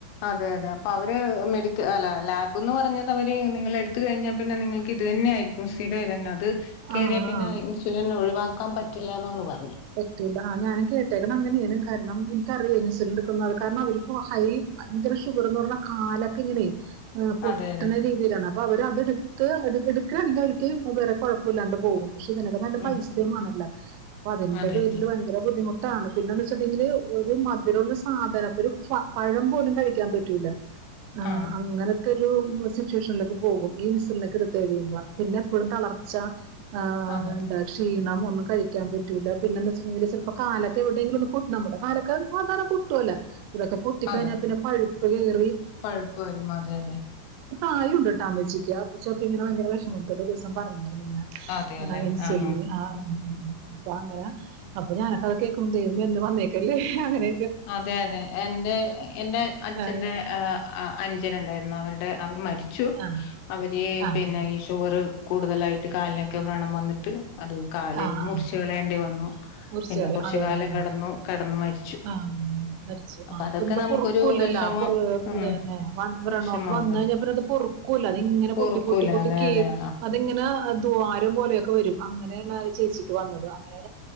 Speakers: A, on the left; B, on the right.
A: അതെ അതെ അപ്പൊ അവര് മെഡിക്ക അല്ല ലാബന്ന് പറഞ്ഞത് അവ നിങ്ങളെടുത്ത് കഴിഞ്ഞാ പിന്നെ നിങ്ങൾക്ക് ഇത് തന്നെയയിരിക്കും സ്ഥിരം ഇതെന്നെ അത് കയറിയ
B: ആ
A: പിന്നെ
B: ആ ആ
A: ഇൻസുലിൻ ഒഴിവാക്കാൻ പറ്റ <unintelligible>
B: പറ്റൂല്ല ആ ഞാനും കേട്ട ഇട്ടേക്കുന്നത് അങ്ങനെയാണ് കാരണം എനിക്കറിയ ഇൻസുലിൻ എടുക്കുന്ന അ കാരണം അവർ ഹൈ ഭയങ്കര ഷുഗർ എന്ന് പറഞ്ഞൽ കാലൊക്കെ ഇങ്ങനെ ആ പൊട്ടണ
A: അതെ അതെ
B: രീതിയി അപ്പൊ അവരത് എടുത്ത് എടുക്കുകയാണെങ്കിൽ അവർക്ക് വേറെ കുഴപ്പ ഇല്ലാണ്ട് പോകും പക്ഷെ ഇതിനൊക്കെ നല്ല
A: ഉം
B: പൈസയുംമാണല്ലോ
A: ഉം
B: അതിന്റെ
A: അതെ
B: പേരില്
A: അതെ
B: ഭയങ്കര ബുദ്ധിമുട്ടാണ് പിന്നെന്നാ വെച്ചിണ്ടെങ്കില് ഒരു മധുരമുള്ള സാധനം ഒരു പഴം പോലും കഴിക്കാൻ പറ്റൂല്ല ആ
A: ആഹ്
B: അങ്ങനെ ഇതോരു സിറ്റുവേഷനിലേക്ക് പോകും ഈ ഇൻസുലിനൊക്കെ ഇടുത്തു കഴിയുമ്പോ പിന്നെ എപ്പോഴും തളർച്ച ആ
A: അതെ
B: എന്താ ക്ഷീണം ഒന്നും കഴിക്കാൻ പറ്റ പിന്നെന്നചെലെങ്കിലു ചിലപ്പോ കാലൊക്കെ എവിടെയെങ്കിലൊന്ന് പൊട്ട് നമ്മുടെ കാലൊക്കെ സാധാരണ പൊട്ടല്ലോ ഇതൊക്കെ പൊട്ടി
A: അതെ
B: കഴിഞ്ഞാ പിന്നെ പഴു <unintelligible> <unintelligible>
A: പഴുപ്പ് വരും അതെ അതെ
B: ആയിട്ടുണ്ടട്ടോ അമ്മച്ചിക്ക് അമ്മച്ചിപ്പിന്നെ ഭയങ്കര വിഷമത്തോടെ ഒരുദിവസം പറഞ്ഞിരുന്നു <unintelligible>
A: അതെല്ലേ
B: ഇൻസുലിൻ
A: ആഹ്
B: ആ അപ്പ അങ്ങനെ അപ്പൊ ഞാനക്ക അത് കേക്കും ദൈവമേ എന്ന് വന്നേക്കല്ലേ അങ്ങനെ
A: അതെ അതെ എന്റെ എന്റെ അഛന്റെ
B: ആഹ്
A: ആ ആ അനിയനുണ്ടാരുന്നു അവരുടെ അവർ മരിച്ചു
B: ആഹ്
A: അവര്
B: ആഹ്
A: പിന്നെ ഈ ഷുഗർ കൂടുതലായിട്ട് കാലിനൊക്കെ വ്രണം വന്നിട്ട് അതു കാലേന്ന്
B: ആ ആ
A: മുറിച്ച് കളയേണ്ടി വന്നു
B: മുറിച്ചുകളി
A: പിന്നെ കുറച്ചു
B: അതന്നെ
A: കാലം കിടന്നു കിടന്ന് മരിച്ചു
B: ആ മരിച്ചു
A: അപ്പൊ
B: ആ
A: അതൊക്കെ
B: അപ്പ എന്താ
A: നമുക്കൊരു
B: പൊറക്കൂല്ലല്ലോ
A: വിഷമം
B: അപ്പ
A: ഉം
B: എന്നെ വ്രണമൊക്കെ
A: വിഷമം
B: വന്ന
A: ഉണ്ടാക്കും
B: കഴിഞ്ഞാ പിന്നെ പൊറക്കൂല്ല അത് ഇങ്ങനെ പൊട്ടി
A: ഓർക്കൂല
B: പൊട്ടി പൊട്ടി
A: അതെ
B: കീറി
A: അതെ ആ
B: അതിങ്ങനെ ദ്വാരം പോലെയൊക്കെ വരും അങ്ങനെയാണ് ആ ചേച്ചിക്ക് വന്നത് അങ്ങനെ